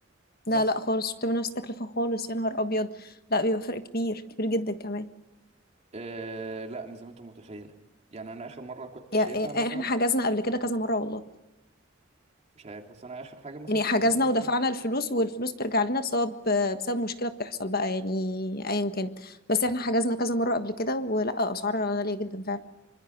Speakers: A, on the right; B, on the left.
A: بس
B: لا لا خالص مش بتبقى نفس التكلفة خالص يا نهار ابيض لا بيبقى فرق كبير كبير جدا كمان
A: آه، لا مش زي ما انت متخيله يعني انا اخر مره كنت
B: يا
A: شايفها
B: يا-
A: مثلا
B: احنا حجزنا قبل كده كذا مرة والله
A: مش عارف بس انا اخر حاجه مثلا
B: يعني
A: كنت
B: حجزنا
A: باصص عليها
B: ودفعنا الفلوس والفلوس بترجع لنا بسبب بسبب مشكلة بتحصل بقى يعني ايا كانت بس احنا حجزنا كذا مرة قبل كده ولا اسعار غالية جدا فعلا